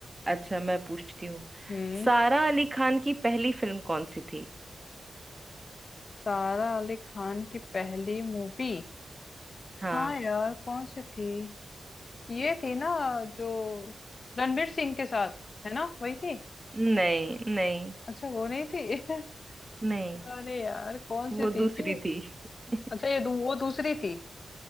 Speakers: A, on the right; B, on the left.
A: अच्छा मैं पूछती हूँ
B: हम्म
A: सारा अली खान की पहली फिल्म कौन सी थी
B: सारा अली खान की पहली मूवी
A: हाँ
B: हाँ यार कौन सी थी ये थी ना जो रणवीर सिंह के साथ है ना वही थी
A: नहीं नहीं
B: अच्छा वो नहीं थी <laughs>
A: नहीं
B: अरे यार कौन
A: वो
B: सी थी
A: दूसरी थी <laughs>
B: अच्छा ये दू, वो दूसरी थी